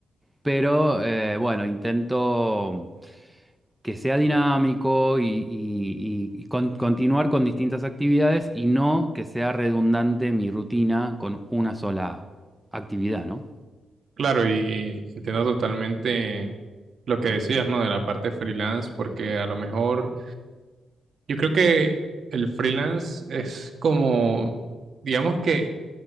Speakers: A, in the centre; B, on the right.
A: pero eh, bueno, intento que sea dinámico y, y- y- y con- continuar con distintas actividades y no que sea redundante mi rutina con una sola actividad, ¿no?
B: Claro, y, y entiendo totalmente lo que decías, ¿no? De la parte freelance, porque a lo mejor yo creo que el freelance es como, digamos que